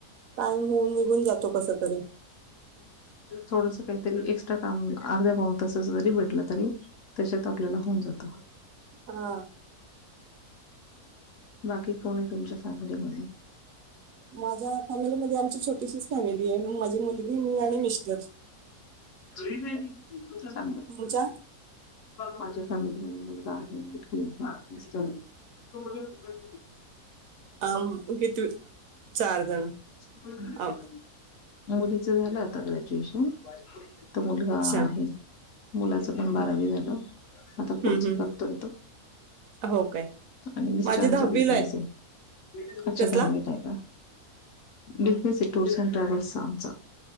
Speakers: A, on the right; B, on the left.
A: टाईम होऊन निघून जातो कसा तरी
B: थोड काहीतरी एक्स्ट्रा काम अर्ध्या बान तसा जरी भेटलं तरी त्याच्यात आपल्याला होऊन जात
A: हा
B: बाकी कोण आहे तुमच्या फॅमिलीमध्ये
A: माझा, फॅमिलीमध्ये आमची छोटीशीच फॅमिली आहे माझी मुलगी मी आणि मिस्टर
B: चांगलं
A: तुमच्या
B: माझ्या मुलगा आहे मिस्टर येत
A: अ किती चार जण
B: <unintelligible>
A: आ,
B: मुलीच झालं आता ग्रॅज्युएशन त मुलगा
A: अच्छा
B: आहे मुलाच पण बारावी
A: हम्म,
B: झालं आता पुढच
A: हम्म, हम्म.
B: करतोय तो
A: हो काय
B: आणि मिस्टरांचा
A: माझी दहावीला
B: बिजनेस
A: आहे
B: आहे अच्छा
A: कसला
B: दहावीत का बिझनेस आहे टूर्स अँड ट्रॅव्हल्सचा आमचा